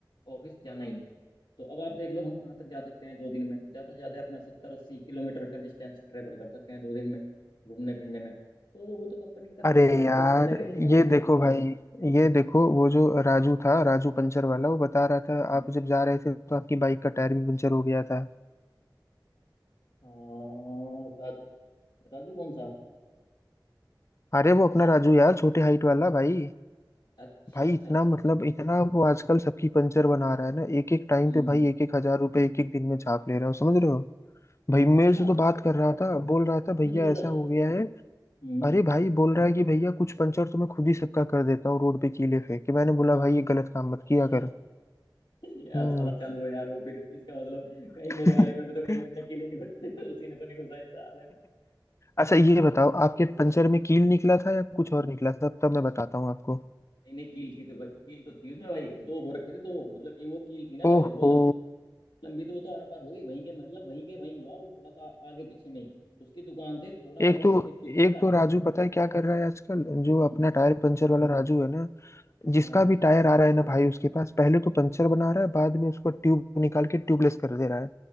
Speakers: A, on the left; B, on the left.
A: ऑफिस जाना ही है। तो अब आप देख लो हम कहाँ तक जा सकते हैं दो दिन में ज़्यादा से ज़्यादा अपना सत्तर अस्सी किलोमीटर का डिस्टेंस ट्रेवल कर सकते हैं दो दिन में घूमने फिरने में तो वो तो कंपनी की तरफ
B: अरे
A: से था इसलिए
B: यार
A: हम चले गए थे यार
B: ये
A: दिक्कत
B: देखो भाई ये देखो वो जो राजू था राजू पंचर वाला वो बता रहा था
A: हम्म।
B: आप जब जा रहे थे तो आपकी बाइक का टायर भी पंचर हो गया था
A: हाँ राजू राजू कौन सा
B: अरे वो अपना राजू यार छोटे हाइट वाला भाई
A: अच्छा
B: भाई
A: अच्छा
B: इतना
A: अच्छा
B: मतलब
A: अच्छा
B: इतना वो आजकल सबकी पंचर बना रहा है ना एक एक टाइम
A: हम्म
B: पे भाई एक एक हजार रुपए एक एक दिन में छाप ले रहा हूँ समझ रहे हो भाई मेरे
A: अच्छा
B: से तो बात कर रहा था बोल रहा था
A: इतना
B: भैया
A: जबरदस्त
B: ऐसा हो गया है
A: हम्म
B: अरे भाई बोल रहा है कि भैया कुछ पंचर तो मैं खुद ही सबका कर देता हूँ रोड पे कीले फेंक के मैंने बोला भाई ये गलत काम मत
A: अच्छा
B: किया कर
A: यार
B: हम्म
A: साला चालू है यार वो फिर इसका मतलब कहीं
B: <laughs>
A: मेरे वाली में भी तो कहीं उसने कील ही नहीं घुस- <laughs> उसी ने तो नहीं घुसाई साले ने
B: अच्छा ये बताओ आपके पंचर में कील निकला था या कुछ और निकला था तब मैं बताता हूँ आपको
A: नहीं नहीं कील थी तो भाई कील तो थी उसमें भाई दो हो रखे थे दो मतलब एक वो कील थी ना जो
B: ओहो
A: वो लम- लंबी तो वो तो आर पार हो गई वहीं के मतलब वहीं के वहीं हुआ वो थोड़ा सा आगे पीछे में ही उसकी दुकान से थोड़ा
B: एक
A: आगे पीछे
B: तो
A: में ही
B: एक
A: था।
B: तो राजू पता है क्या कर रहा है आजकल जो
A: हम्म
B: अपना टायर पंचर वाला राजू है ना जिसका
A: हाँ
B: भी टायर आ रहा है ना भाई उसके पास पहले तो पंचर बना रहा है बाद में उसको ट्यूब निकाल के ट्यूबलेस कर दे रहा है